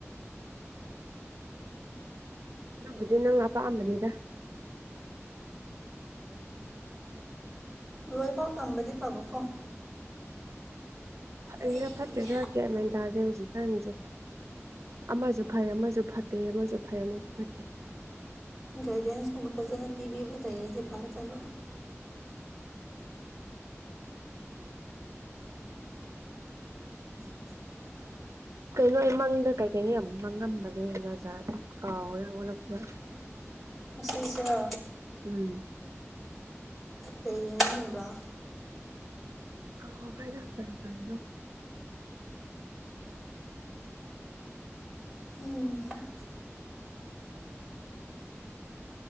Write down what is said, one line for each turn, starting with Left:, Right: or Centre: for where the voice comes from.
Right: ꯑꯗꯨꯕꯨꯗꯤ ꯅꯪ ꯑꯄꯥꯑꯝꯕꯅꯤꯗ
Centre: ꯂꯣꯏꯐꯥꯎ ꯇꯝꯕꯗꯤ ꯐꯕꯀꯣ
Right: ꯐꯛꯏꯔꯥ
Centre: ꯑꯩ
Right: ꯐꯠꯇ꯭ꯔꯤꯔꯥꯒꯦꯃꯦꯟ ꯇꯥꯗꯦ ꯍꯧꯖꯤꯛꯀꯥꯟꯁꯦ ꯑꯃꯁꯨ ꯐꯩ ꯑꯃꯁꯨ ꯐꯠꯇꯦ ꯑꯃꯁꯨ ꯐꯩ ꯑꯃꯁꯨ ꯐꯠꯇꯦ
Centre: ꯒꯥꯏꯗꯦꯟꯁꯀꯨꯝꯕ ꯐꯖꯅ ꯄꯤꯕꯤꯕ ꯂꯩꯔꯗꯤ ꯐꯒꯠꯇꯕ <unintelligible>
Right: ꯀꯩꯅꯣ ꯑꯩ ꯃꯪꯗ ꯀꯩꯀꯩꯅꯤ ꯑꯃꯨꯛ ꯃꯥꯡꯉꯝꯕꯅꯦꯅꯖꯥ ꯀꯥꯎꯔꯦ ꯑꯣꯂꯛꯄ
Centre: <inaudible> ꯃꯁꯤꯁꯦ
Right: ꯎꯝ
Centre: ꯀꯩꯒꯤ ꯍꯥꯏꯕ <unintelligible>
Right: ꯀꯥꯎꯈ꯭ꯔꯦꯗ ꯀꯔꯤ ꯀꯔꯤꯅꯣ
Centre: ꯍꯅꯤ